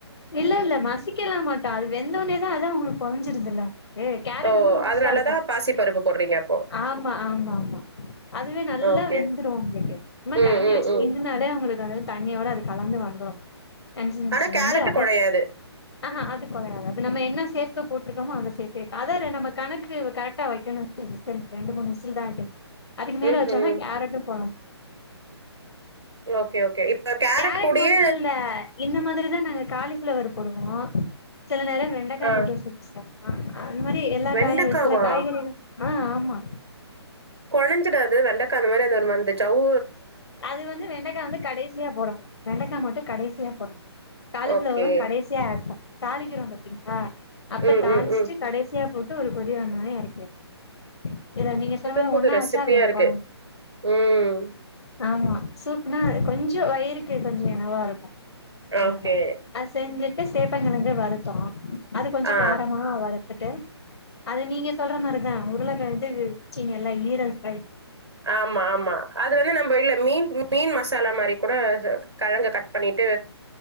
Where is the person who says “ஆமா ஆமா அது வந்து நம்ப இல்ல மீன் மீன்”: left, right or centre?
Right